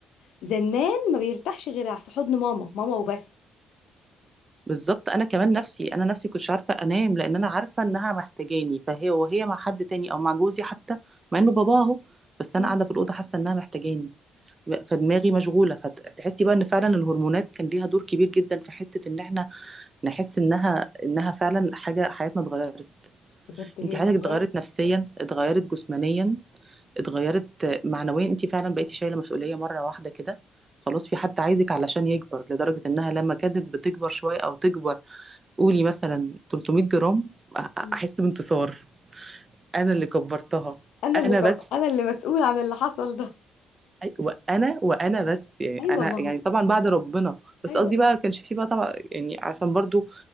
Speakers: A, on the left (about 80°); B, on the right (about 25°).
A: زنان ما بيرتاحش غير في حضن ماما ماما وبس
B: بالظبط انا كمان نفسي انا نفسي كنتش عارفه انام لان انا عارفه انها محتاجاني فهي وهي مع حد تاني او مع جوزي حتى مع انه بابا اهو بس
A: مم.
B: انا قاعده في الاوضه حاسه انها محتاجاني فدماغي مشغوله فتحسي بقى ان فعلا الهرمونات كان ليها دور كبير جدا في حته ان احنا نحس انها انها فعلا حاجه حياتنا اتغيرت
A: بجد هي
B: انت حياتك
A: بتتغير
B: اتغيرت نفسيا اتغيرت جسمانيا اتغيرت معنويا انت فعلا بقيتي شايله مسؤوليه مره واحده كده خلاص في حد عايزك علشان يكبر لدرجه انها لما كانت بتكبر شويه او تكبر قولي مثلا 300 جرام أ-
A: مم.
B: احس بانتصار انا اللي كبرتها
A: انا اللي
B: انا
A: كم...
B: بس
A: انا اللي مسؤول عن اللي حصل ده
B: وانا وانا بس يعني
A: ايوه
B: انا
A: ما هو
B: يعني طبعا بعد ربنا بس
A: ايوه
B: قصدي بقى كانش فيه بقى طبعا يعني عشان برضو